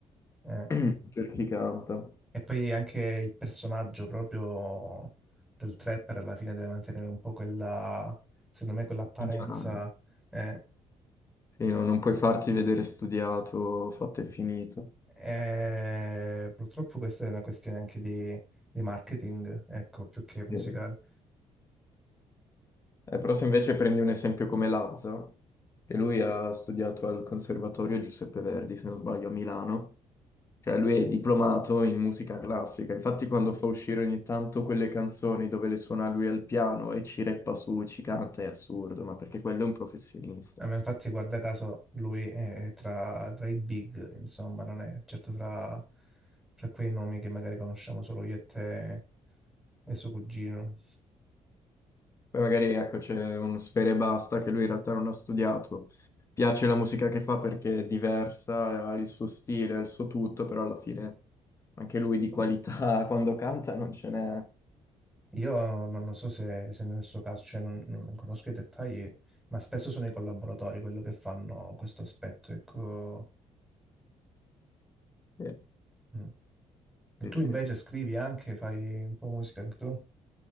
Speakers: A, in the centre; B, on the left.
A: eh.
B: <clears throat> per chi canta.
A: E poi anche il personaggio proprio del trapper alla fine deve mantenere un po' quella, secondo me, quell'apparenza.
B: Ignorante.
A: eh.
B: Sì, no, non puoi farti vedere studiato, fatto e finito.
A: Eh, purtroppo questa è una questione anche di, di marketing, ecco, più che
B: Sì.
A: musicale.
B: Eh, però se invece prendi un esempio come Lazza, che lui ha studiato al Conservatorio Giuseppe Verdi, se non sbaglio, a Milano, cioè lui è diplomato in musica classica, infatti quando fa uscire ogni tanto quelle canzoni dove le suona lui al piano e ci reppa su, ci canta, è assurdo, ma perché quello è un professionista.
A: Eh, ma infatti, guarda caso, lui è tra, tra i big, insomma, non è certo fra, fra quei nomi che magari conosciamo solo io e te e suo cugino.
B: Poi magari ecco c'è uno sfera e basta che lui in realtà non ha studiato. Piace la musica che fa perché è diversa, ha il suo stile, ha il suo tutto, però alla fine anche lui di qualità <laughs> quando canta non ce n'è.
A: Io non lo so se, se nel suo caso, cioè non, non conosco i dettagli, ma spesso sono i collaboratori quello che fanno questo aspetto, ecco.
B: Sì,
A: Mm. E
B: sì.
A: tu
B: sì.
A: invece scrivi anche, fai un po' musica anche tu?